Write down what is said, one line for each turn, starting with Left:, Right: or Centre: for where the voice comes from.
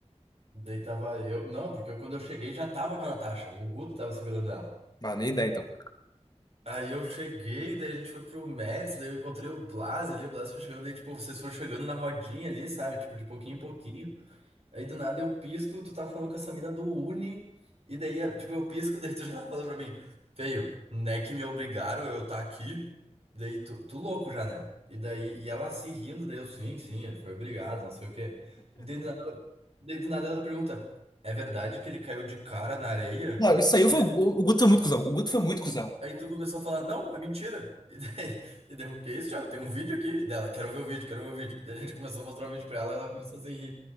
Right: daí tava eu, não, porque eu- quando eu cheguei já tava com a Natasha, o Guto tava segurando ela.
Left: Ah, nem ideia então.
Right: Aí eu cheguei, daí a gente foi pro Mets, daí eu encontrei o Blas ali, o Blas foi chegando, daí, tipo, vocês foram chegando na rodinha ali, sabe? Tipo, de pouquinho em pouquinho. Aí do nada eu pisco, tu tá falando com essa mina do Uni, e daí, tipo, eu pisco, <laughs> daí tu já tá falando pra mim, feio, né que me obrigaram eu tá aqui, daí tu, tu louco já, né? E daí, e ela se rindo, daí eu, sim, sim, ele foi obrigado, não sei o quê. Daí do nada, daí do nada ela pergunta, é verdade que ele caiu de cara na areia?
Left: Não, isso aí
Right: E
Left: foi.
Right: daí,
Left: O,
Right: tipo,
Left: o Guto foi muito cuzão. O Guto foi muito cuzão.
Right: aí tu começou a falar, não, é mentira. E daí, e daí, eu, que é isso, Thiago? Tem um vídeo aqui E dela, quero ver o vídeo, quero ver o vídeo. Daí a gente começou a mostrar o vídeo pra ela, ela começou a se rir,